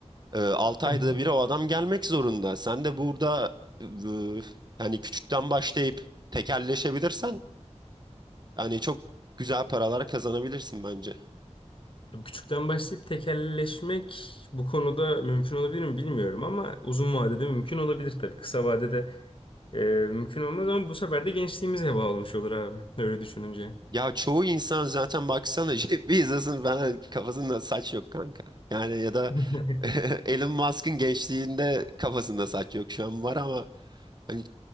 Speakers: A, on the right (about 40°); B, on the left (about 50°).
A: E, 6
B: <clears throat>
A: ayda bir o adam gelmek zorunda. Sen de burada e, hani küçükten başlayıp tekelleşebilirsen yani çok güzel paralar kazanabilirsin bence.
B: Tabii Küçükten başlayıp tekelleşmek bu konuda mümkün olabilir mi bilmiyorum ama uzun vadede mümkün olabilir tabii. Kısa vadede e, mümkün olmaz ama bu sefer de gençliğimiz heba olmuş olur abi öyle düşününce.
A: Ya çoğu insan zaten baksana <laughs> Jeff Bezos'un falan kafasında saç yok kanka. Yani ya da
B: <laughs>
A: <laughs> Elon Musk'ın gençliğinde kafasında saç yok şu an var ama hani